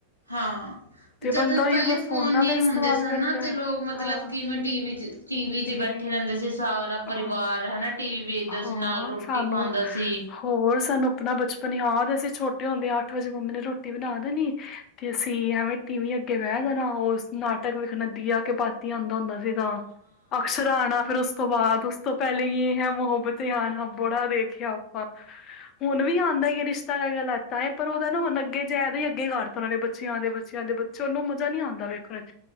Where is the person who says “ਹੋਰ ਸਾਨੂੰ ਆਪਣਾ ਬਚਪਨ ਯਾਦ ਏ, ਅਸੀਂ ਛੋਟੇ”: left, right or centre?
Left